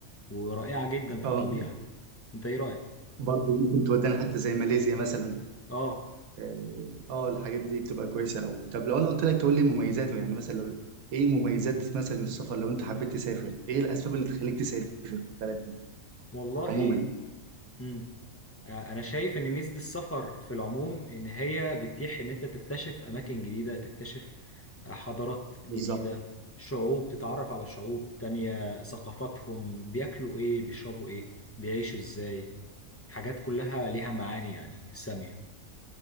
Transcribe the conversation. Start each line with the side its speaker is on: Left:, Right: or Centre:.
Left: ورائعة جدا في
Right: اه
Left: الطبيعة أنت إيه رأيك؟
Right: برضه دي كنت ودانا حتى زي ماليزيا مثلا
Left: آه
Right: اه آه، الحاجات دي بتبقى كويسه قوي طب لو انا قلت لك تقول لي مميزاته يعني مثلا لو ايه مميزات مثلا السفر لو انت حبيت تسافر ايه الاسباب اللي تخليك تسافر بلد
Left: والله
Right: عموما
Left: مم. آه، أنا شايف إن ميزة السفر في العموم إن هي بتتيح إن أنت تكتشف أماكن جديدة تكتشف آه، حضارات جديدة
Right: بالظبط
Left: شعوب تتعرف على شعوب تانية ثقافاتهم بياكلوا إيه بيشربوا إيه بيعيشوا إزاي حاجات كلها ليها معاني يعني سامية